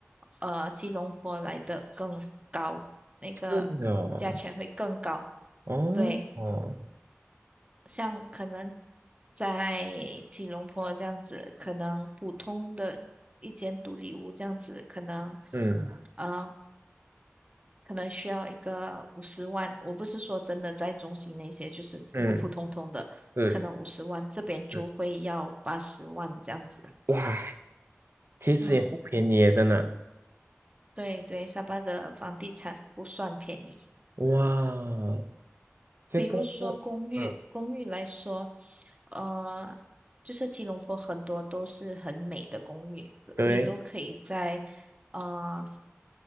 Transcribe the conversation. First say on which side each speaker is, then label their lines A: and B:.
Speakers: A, on the right; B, on the right.
A: 呃吉隆坡来的更高，那个价钱会更高，
B: 是的哦，哦哦，
A: 对。像可能在吉隆坡这样子，可能普通的一间独立屋这样子，可能
B: 嗯
A: 呃，可能需要一个五十万。我不是说真的在中心那些，就是普普通通的，
B: 嗯，是，
A: 可能五十万，这边就会要八十万这样子。
B: 是哇，其实也不便宜耶，
A: 嗯，
B: 真的，
A: 对对，沙巴的房地产不算便宜。
B: 哇，这个是，
A: 比如说公寓，
B: 嗯，
A: 公寓来说，呃，就是吉隆坡很多都是很美的公寓，
B: 对，
A: 你都可以在呃